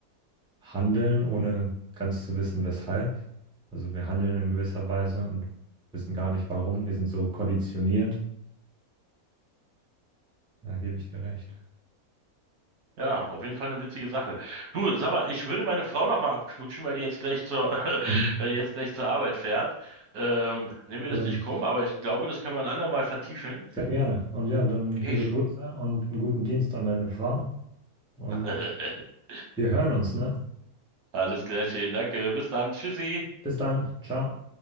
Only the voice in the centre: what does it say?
handeln, ohne ganz zu wissen, weshalb. Also wir handeln in gewisser Weise und wissen gar nicht warum. Wir sind so konditioniert. Da gebe ich dir recht.
Mhm.
Ja,
dann
sehr gerne. Und ja, dann
liebe Grüße und einen guten Dienst an deine Frau. Und
wir hören uns, ne?
Bis dann. Ciao.